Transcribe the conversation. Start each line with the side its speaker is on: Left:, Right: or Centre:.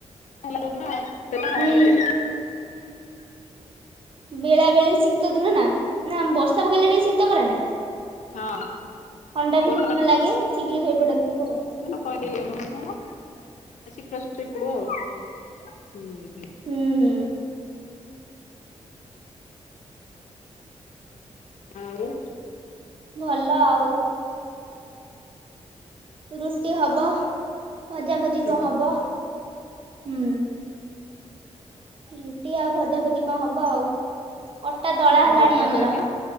Left: ହେଲା ଯେଉ ଦିନ ସେଇ ଦିନ ଆମେ
Right: ହୁଁ
Left: ନଟାରେ ଶୋଇଚୁ।
Right: ବେଳା ବେଳି ଶୀତ ଦିନ ନା ନା ବର୍ଷା ପକେଇଲେ ଟିକେ ଶୀତ କରେ ନା?
Left: ହଁ
Right: ଥଣ୍ଡା ବି
Left: ବର୍ଷା
Right: ସେଦିନ ଲାଗେ ଶୀଘ୍ର ଶୋଇପଡନ୍ତି ସବୁ ଆଉ।
Left: ହଁ ଏଇଆ ନୁହେଁ କଣ ଶୀଘ୍ର ସବୁ ସୋଇ ପଡୁ ଆଉ ହୁଁ।
Right: ହୁଁ ହୁଁ।
Left: ଆଉ
Right: ଭଲ ଆଉ। ରୁଟି ହବ ଭଜା ଭଜି
Left: ହୁଁ
Right: କଣ ହବ ହୁଁ। ରୁଟି ଆଉ ଭଜା ଭୁଜି। ହଁ ହବ ଆଉ ଅଟା ଦଳା
Left: ତମ
Right: ହେଲାଣି
Left: ବଡବାପା
Right: ଆମର।
Left: ଝିଅ ହେରିକା